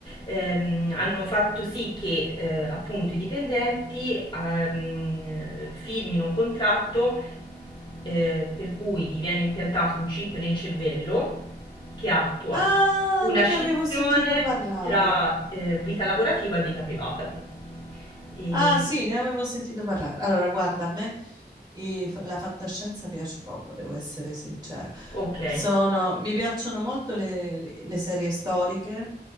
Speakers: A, on the left (about 25°); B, on the right (about 20°).
A: ehm, hanno fatto sì che eh, appunto i dipendenti ehm, firmino un contratto eh, per cui gli viene impiantato un chip nel cervello che attua
B: Ah,
A: una
B: ne
A: scissione
B: avevo sentito parlare.
A: tra eh, vita lavorativa e vita privata. E...
B: Ah, sì, ne avevo sentito parlare. Allora, guarda, a me i- fa- la fantascienza piace poco, devo essere sincera.
A: Ok.
B: Sono- mi piacciono molto le, le- le serie storiche,